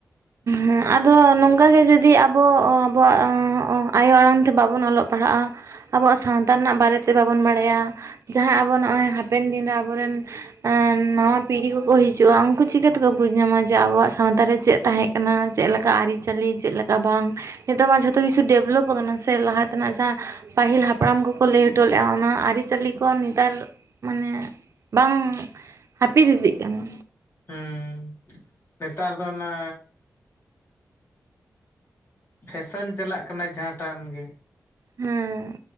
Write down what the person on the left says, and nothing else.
ᱚᱸ ᱱᱮᱛᱟᱨ ᱫᱚ ᱚᱱᱟ ᱯᱷᱮᱥᱮᱱ ᱪᱟᱞᱟᱜ ᱠᱟᱱᱟ ᱡᱟᱦᱟᱸᱴᱟᱱ ᱜᱤ᱾